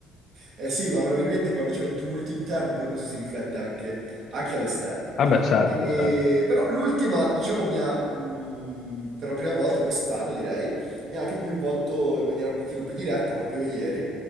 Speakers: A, on the right; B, on the left.
A: Eh sì, ma probabilmente quando c'è un tumulto interno poi questo si riflette anche, anche all'esterno.
B: Vabbè, certo,
A: E-
B: certo.
A: Però l'ultima, diciamo, mi ha, mh, per la prima volta quest'anno direi, mi ha anche coinvolto in maniera un pochino più diretta proprio ieri,